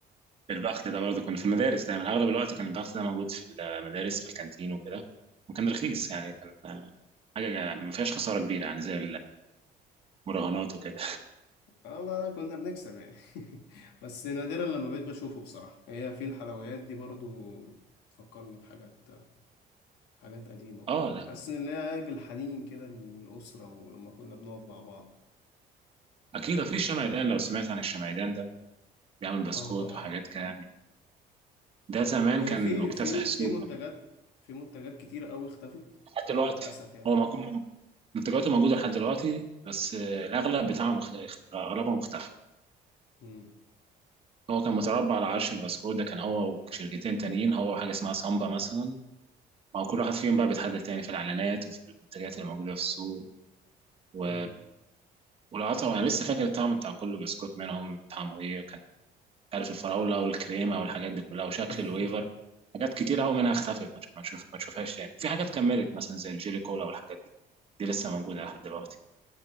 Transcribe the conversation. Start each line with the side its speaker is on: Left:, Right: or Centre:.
Right: البخت ده برضه كنا في المدارس دايما اغلب الوقت كان البخت ده موجود في المدارس في الكانتين وكده وكان رخيص يعني كان آه، حاجة ما فيهاش خسارة كبيرة يعني زي المراهنات وكده
Left: اه والله كنا بنكسب يعني <laughs> بس نادرا لما بقيت بشوفه بصراحة هي في الحلويات دي برضو تفكرني بحاجات حاجات قديمة وكده
Right: اه لا
Left: تحسسني ان هي بالحنين كده للأسرة ولما كنا بنقعد مع بعض
Right: اكيد في الشمعدان لو سمعت عن الشمعدان ده بيعمل بسكوت
Left: اه طبعا
Right: وحاجات كده يعني. ده زمان
Left: طبعا هي
Right: كان
Left: في
Right: مكتسح
Left: في
Right: السوق
Left: في منتجات في منتجات كتير قوي اختفت
Right: لحد دلوقتي
Left: للأسف يعني
Right: هو مك- منتجاته موجودة لحد دلوقتي بس آه، الأغلب بتاعه مخ- أغلبه مختفى
Left: امم
Right: هو كان متربع على عرش البسكوت ده كان هو وشركتين تانيين هو حاجة اسمها سامبا مثلا ما هو كل واحد فيهم بقى بيتحدد تاني في الإعلانات وفي المنتجات اللي موجودة في السوق و...
Left: امم
Right: والقطع أنا لسه فاكر الطعم بتاع كل بسكوت منهم طعمه إيه عارف الفراوله والكريمه والحاجات دي كلها وشكل
Left: <laughs>
Right: الويفر حاجات كتير قوي منها اختفت ما ما شوف ما شوفهاش تاني في حاجات كملت مثلا زي الجيلي كولا والحاجات دي دي لسه موجوده لحد دلوقتي